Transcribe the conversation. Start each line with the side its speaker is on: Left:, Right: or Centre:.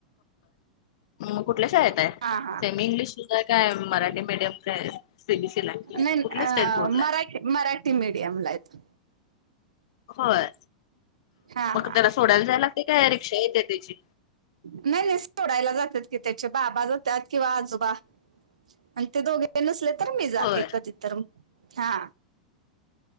Left: म कुठल्या शाळेत आहे?
Right: हा हा
Left: सेमी इंग्लिशला आहे काय मराठी मीडियमला ये? सीबीसीलाये
Right: नाही अ,
Left: कुठल्या स्टेट बोर्डलाये?
Right: मराठी मराठी मीडयमलाय तो.
Left: होय.
Right: हा
Left: मग
Right: हा
Left: त्याला सोडायला जाय लागते काय रिक्षा येते त्याची?
Right: नाही नाही सोडायला जातात की त्याचे बाबा जातात किंवा आजोबा. अन ते दोघे ते नसले तर मी जाते
Left: होय
Right: कधी तर. हा.